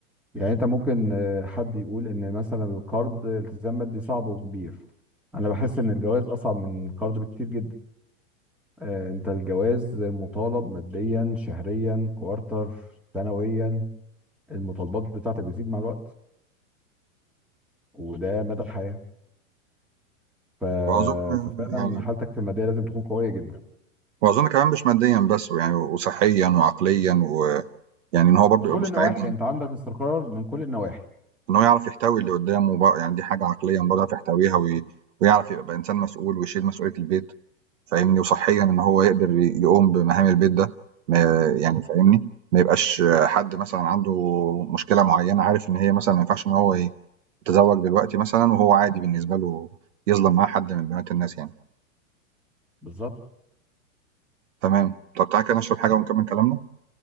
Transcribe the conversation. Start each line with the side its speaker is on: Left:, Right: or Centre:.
Centre: يعني انت ممكن آه، حد يقول ان مثلا القرض التزام مادي صعب وكبير انا بحس ان الجواز اصعب من القرض بكتير جدا آه، انت الجواز مطالب ماديا شهريا كوارتر سنويا المطالبات بتاعتك بتزيد مع الوقت وده مدى الحياة ف...
Right: واظن
Centre: ففعلا
Right: يعني
Centre: حالتك المادية لازم تكون قوية جدا
Right: واظن كمان مش ماديا بس يعني وصحيا وعقليا ويعني ان هو برضو
Centre: من كل
Right: يبقى مستعد
Centre: النواحي انت عندك استقرار من كل النواحي
Right: ان هو يعرف يحتوي اللي قدامه بقى يعني دي حاجه عقليا برضو يعرف يحتويها وي... ويعرف يبقى انسان مسؤول ويشيل مسؤوليه البيت فاهمني وصحيا ان هو يقدر ي- يقوم بمهام البيت ده ما يعني فاهمني ما يبقاش حد مثلا عنده مشكله معينه عارف ان هي مثلا ما ينفعش ان هو ي... تزوج دلوقتي مثلًا وهو عادي بالنسبة له يظلم معاه حد من بنات الناس يعني.
Centre: بالظبط
Right: تمام، تقطّعي كده نشرب حاجة ونكمّل كلامنا؟